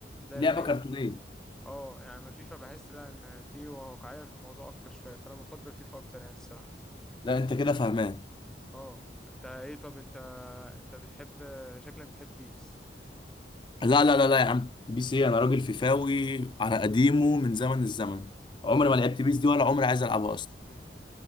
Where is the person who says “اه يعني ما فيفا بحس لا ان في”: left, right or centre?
Centre